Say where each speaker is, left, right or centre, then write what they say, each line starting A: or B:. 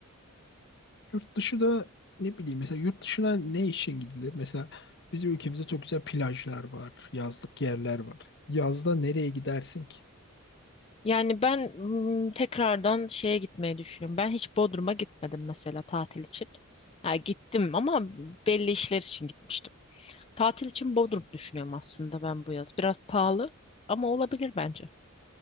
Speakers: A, on the left (about 55°); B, on the left (about 25°).
A: Yurt dışı da ne bileyim mesela yurt dışına ne için gidilir? Mesela bizim ülkemizde çok güzel plajlar var, yazlık yerler var. Yazda nereye gidersin ki?
B: Yani ben mm, tekrardan şeye gitmeyi düşünüyorum. Ben hiç Bodrum'a gitmedim mesela tatil için. Ha, gittim ama belli işler için gitmiştim. Tatil için Bodrum düşünüyorum aslında ben bu yaz. Biraz pahalı ama olabilir bence.